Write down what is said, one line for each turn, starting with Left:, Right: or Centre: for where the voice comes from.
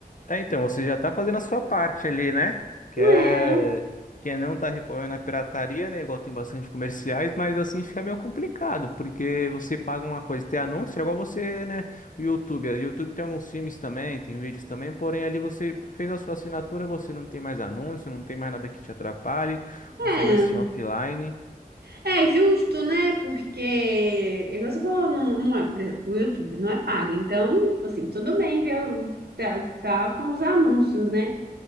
Left: É, então, você já tá fazendo a sua parte ali, né? Que
Right: Não
Left: é...
Right: é?
Left: que é não tá recorrendo à pirataria, né? Igual tem bastante comerciais, mas assim fica meio complicado, porque você paga uma coisa, tem anúncio, é igual você, né? O YouTube. O YouTube tem alguns filmes também, tem vídeos também, porém ali você fez a sua assinatura, você não tem mais anúncio, não tem mais nada que te atrapalhe, consegue
Right: É.
Left: assistir offline.
Right: É justo, né? Porque, igual você falou, não, não é, por exemplo, o YouTube não é pago. Então, assim, tudo bem ver, o- tá, tá com os anúncios, né?